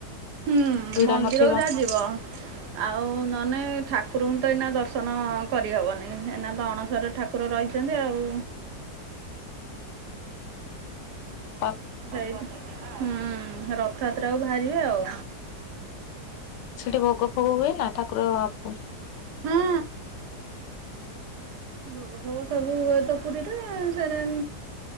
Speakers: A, on the right (about 75°); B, on the left (about 80°).
A: ହୁଁ
B: ଭିଡ
A: ମନ୍ଦିରକୁ
B: ନଥିବ।
A: ଯାହା ଯିବ। ଆଉ ନହେଲେ ଠାକୁରଙ୍କୁ ତ ଏଇନା ଦର୍ଶନ କରିହେବନି ଏଇନା ତ ଅଣସର ଠାକୁର <inaudible> ରହିଛନ୍ତି ଆଉ
B: ହଁ
A: ହୁଁ ରଥଯାତ୍ରାକୁ ବାହାରିବେ ଆଉ।
B: ସେଠି ଭୋଗ ଫୋଗ ହୁଏ ନା ଠାକୁର ଆପ
A: ହୁ। ଭୋଗ ଭୋଗ ସବୁ ହୁଏତ ପୁରୀରେ ସେଟ